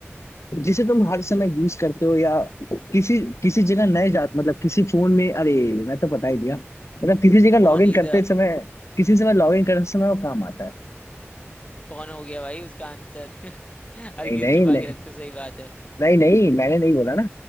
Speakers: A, on the left (about 80°); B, on the left (about 25°).
A: जिसे तुम हर समय यूज करते हो या किसी किसी जगह नए जात मतलब किसी फोन में अरे मैं तो बता ही दिया मतलब किसी जगह लॉग
B: फोन
A: इन
B: ही
A: करते
B: था
A: समय किसी समय लॉग इन करते समय वो काम आता है
B: फोन हो गया भाई उसका आंसर <laughs> हर
A: नहीं
B: चीज
A: नहीं
B: छुपा
A: नहीं
B: के रखते हो, सही बात है
A: नहीं नहीं मैंने नहीं बोला ना